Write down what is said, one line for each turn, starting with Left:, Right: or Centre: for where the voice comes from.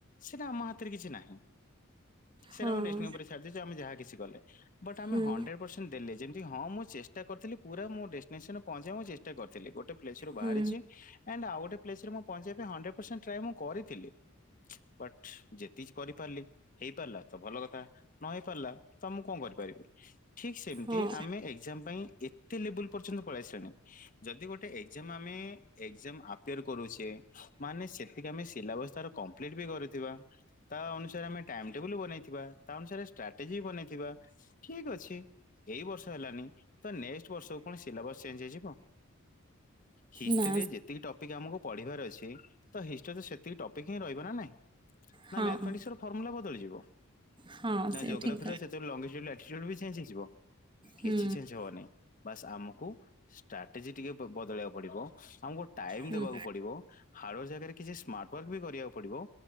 Left: ସେଟା ଆମ ହାତରେ କିଛି ନାହିଁ। ସେଇଟାରେ
Right: ହଁ
Left: <unintelligible> ଯାହା କିଛି କଲେ। ବଟ୍ ଆମେ
Right: ହୁଁ
Left: ହଣ୍ଡେଡ୍ ପର୍ ଦେଲେ ଯେମିତି ହଁ ମୁଁ ଚେଷ୍ଟା କରିଥିଲି ପୁରା ମୋ ଡେଷ୍ଟିନେସନ୍ ରେ ପହଞ୍ଚେଇ ମୁଁ ଚେଷ୍ଟା କରିଥିଲି ଗୋଟେ ପ୍ଲେସ୍ ରୁ
Right: ହୁଁ
Left: ବାହାରିଚି‌ ଆଣ୍ଡ୍ ଆଉ ଗୋଟେ ପ୍ଲେସ୍ ରେ ମୁଁ ପହଞ୍ଚିବା ‌ପାଇଁ ହଣ୍ଡେଡ୍ ପର୍ସେଣ୍ଟ୍ ଟ୍ରାଏ ମୁଁ କରିଥିଲି। ବଟ୍ ଯେତିକି କରିପାରିଲି ହେଇପାରିଲା ତ ଭଲ କଥା। ନ ହେଇପାରିଲା ତ ମୁଁ କଣ କରିପାରିବି ଠିକ୍ ସେମିତି
Right: ହଁ।
Left: ଆମେ ଏକ୍ଜାମ୍ ପାଇଁ ଏ ବୁଲ୍ ପର୍ଯ୍ୟନ୍ତ ପଳାଇଆସିଲାଣି ଯଦି ଗୋଟେ ଏକ୍ଜାମ୍ ଆମେ ଏକ୍ଜାମ୍ ଆ <unintelligible> କରୁଚେ ମାନେ ସେତିକି ଆମେ ସିଲାବସ୍ ତାର କମ୍ପ୍ଲିଟ୍ ବି କରିଥିବା। ତା ଅନୁସାରେ ଆମେ ଟାଇମ ଟେବୁଲ ବନେଇଥିବା। ତା ଅନୁସାରେ ଷ୍ଟ୍ରାଟେଜି ବନେଇଥିବା ଠିକ୍ ଅଛି ଏଇ ବର୍ଷ ହେଲାନି ତ ନେ ସିଲାବସ ଚେଞ୍ଜ ହେଇ ଯିବ ହିଷ୍ଟରେ
Right: ନା
Left: ଯେତିକି ଟପିକ୍ ଆମକୁ ପ ରହିବାରେ ଅଛି ତ ହିଷ୍ଟି ସେତିକି ଟପିକ୍ ହିଁ ରହିବ ନା ନାଇଁ।
Right: ହଁ
Left: ନା ମ୍ୟାଥମେଟିକ୍ସର ଫର୍ମୁଲା ବଦଳିଯିବ।
Right: ହଁ
Left: ନା
Right: ସେ
Left: ଜୋଗ୍ରାଫିର
Right: ଠିକ୍
Left: ସେତେରୁ ଲଙ୍ଗେଷ୍ଟୁ୍ ଆଟି୍ୟୁଡ଼୍ ବି ଚେଞ୍ଜ ହେଇଯିବ କିଛି
Right: ହୁଁ।
Left: ଚେଞ୍ଜ ହେବନେହିଁ। ବାସ୍ ଆମକୁ ଷ୍ଟ୍ରାଟେଜି ଟିକେ ବଦଳେଇବାକୁ ପଡିବ ଆମକୁ ଟାଇମ୍
Right: ହୁଁ।
Left: ଦବାକୁ ପଡିବ। ହାଡ଼ ୱାର୍କ ଜାଗାରେ କିଛି ସ୍ମାର୍ଟ ୱାର୍କ ବି କରିବାକୁ ପଡିବ।